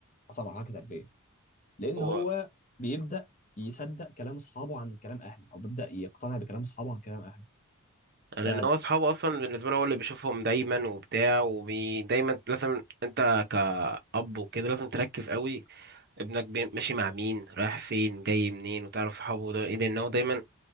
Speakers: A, on the left; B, on the right.
A: اصعب مرحله كتربيه لان
B: هو
A: هو بيبدا يصدق كلام اصحابه عن كلام اهله او بيبدا يقتنع بكلام اصحابه عن كلام اهله
B: لان
A: ف
B: هو اصحابه اصلا بالنسبه له هو اللي بيشوفهم دايما وبتاع ودايما لازم انت كأب وكده لازم تركز قوي ابنك بي- ماشي مع مين رايح فين جاي منين وتعرف صحابه ده ايه لان هو دايما